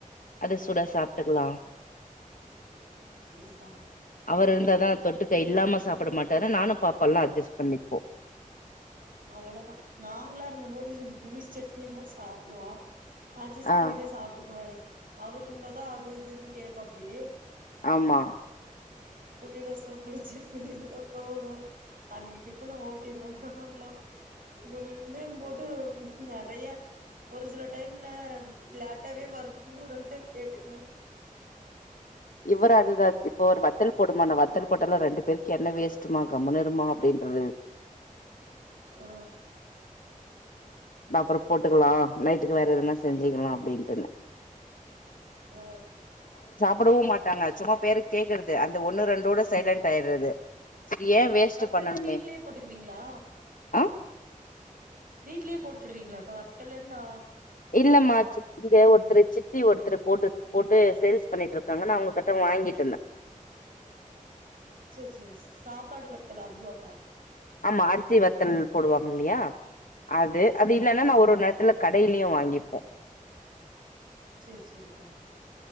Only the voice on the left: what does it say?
அத சூடா சாப்பிட்டுக்கலாம்
அவர் இருந்தா தொட்டுக்க இல்லாம சாப்பிட மாட்டாரு நானு பாப்பாலா அட்ஜஸ் பண்ணி போ
ஆ
ஆமா
இவரு அதுதா போ ஒரு வத்தல் போடுமானா வத்தல் போட்டாலு ரெண்டு பேருக்கு எண்ணெ வேஸ்ட்டுமா கம்முணு இருமா அப்டின்றது
நா அப்பறோ போட்டுக்கலா நைட்டுக்கு வேற எதனா செஞ்சுக்கலா அப்டின்ட்டுனே
படவு மாட்டாங்க சும்மா பேருக் கேக்குறது அந்த ஒன்னு ரெண்டோட சைலண்ட் ஆயிறது செரி ஏ வேஸ்ட்
பண்ணணுமே
ஆ
இல்லமா ச்ச இங்க ஒருத்தரு சித்தி ஒருத்தரு போட்டு போட்டு சேல்ஸ் பண்ணிட்டுருக்காங்க நா அவுககிட்ட வாங்கிட்டுருந்தே
ஆமா அரிசி வத்தல் போடுவாங்க இல்லியா அது அது
இல்லன்னா
நா‌ ஒரு ஒரு நேரத்துல கடையிலையு வாங்கிப்போ